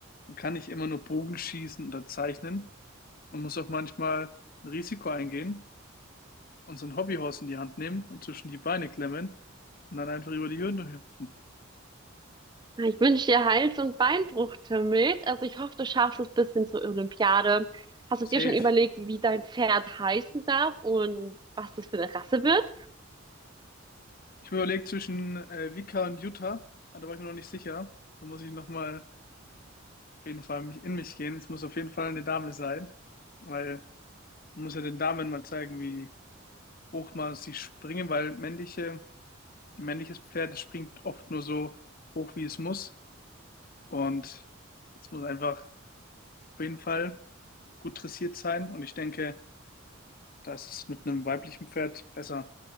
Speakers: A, on the left; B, on the right.
A: Man kann nicht immer nur Bogen schießen oder zeichnen. Man muss auch manchmal ein Risiko eingehen und so ein Hobbyhorse in die Hand nehmen und zwischen die Beine klemmen und dann einfach über die Hürden hüpfen.
B: Ah, Ich wünsche dir Hals- und Beinbruch, Timmelt. Also ich hoffe, du schaffst es bis hin zur Olympiade. Hast du
A: Safe.
B: dir schon überlegt, wie dein Pferd heißen darf und was das für eine Rasse wird?
A: Ich habe überlegt zwischen äh, Vika und Utah, aber da war ich mir noch nicht sicher. Da muss ich nochmal auf jeden Fall mich in mich gehen. Es muss auf jeden Fall eine Dame sein, weil man muss ja den Damen mal zeigen, wie hoch man sie springen, weil männliche, ein männliches Pferd das springt oft nur so hoch, wie es muss. Und es muss einfach auf jeden Fall gut dressiert sein. Und ich denke, da ist es mit einem weiblichen Pferd besser.